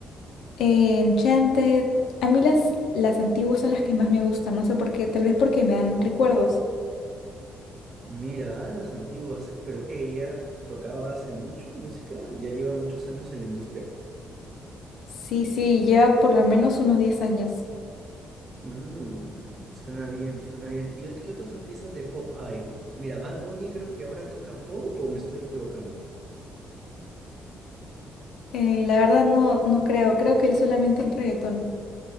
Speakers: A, on the left; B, on the right.
A: eh, Enchanted. A mí las, las antiguas son las que más me gustan, no sé por qué, tal vez porque me dan recuerdos.
B: Mira, ah, las antiguas, pero que ella tocaba hace mucho música, ya lleva muchos años en la industria.
A: Sí, sí, lleva por lo menos unos 10 años.
B: Mm, suena bien, suena bien. ¿Y o- qué otros artistas de pop hay? Mira, Bad Bunny creo que ahora toca pop o me estoy equivocando.
A: Eh, la verdad no, no creo, creo que él solamente es reggaetón.